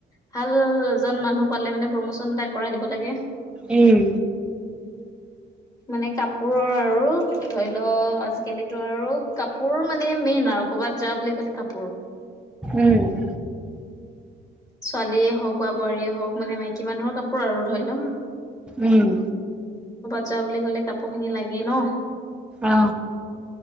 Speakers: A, on the left; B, in the centre.
A: ভালএজন মানুহ পালে মানে প্ৰমোচন এটা কৰাই দিব লাগে।
B: উম,
A: মানে কাপোৰৰ আৰু ধৰি লও আজিকালি ত আৰু কাপোৰ মানে মেইন আৰু ক'ৰবাত যোৱা বুলি ক'লে কাপোৰ
B: উম,
A: ছোৱালীয়ে হওক বা বোৱাৰীয়ে হওক মানে মাইকী মানুহৰ কাপোৰ আৰু ধৰি লক।
B: উম,
A: যোৱা বুলি ক'লে কাপোৰ খিনি লাগেই ন?
B: অ